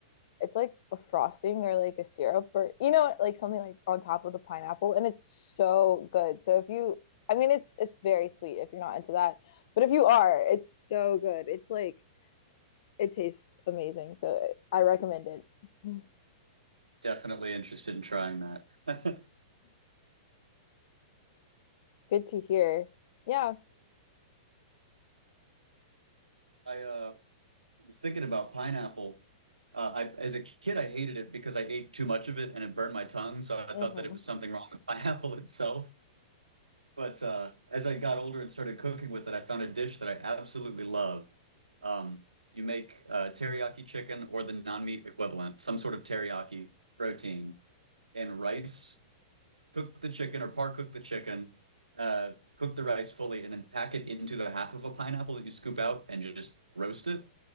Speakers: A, on the left (about 50°); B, on the right (about 80°).
A: it's like a frosting or like a syrup or you know like something like on top of the pineapple, and it's so good. So if you, I mean, it's it's very sweet if you're not into that, but if you are, it's so good. It's like it tastes amazing. So I recommend it. <laughs>
B: definitely interested in trying that. <laughs>
A: Good to hear. Yeah.
B: I uh, was thinking about pineapple. Uh, I, as a kid, I hated it because I ate too much of it and it burned my tongue. So I
A: hmm
B: thought that it was something wrong with <laughs> pineapple itself. But uh, as I got older and started cooking with it, I found a dish that I absolutely love. Um, you make uh, teriyaki chicken or the non-meat equivalent, some sort of teriyaki protein, and rice. Cook the chicken or par cook the chicken. Uh, cook the rice fully and then pack it into the half of a pineapple that you scoop out and just roast it.